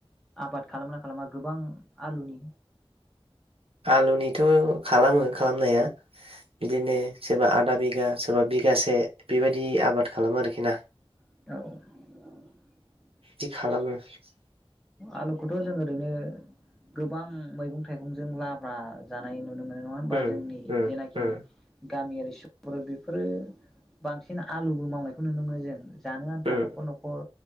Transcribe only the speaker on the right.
आलुनिथ' खालामो खालामनाया बिदिनो सोरबा आदा बिगा सोरबा बि गासे बेबायदि आबाद खालामो आरोखि ना ।
दि खालामो ।
उम
उम
उम
उम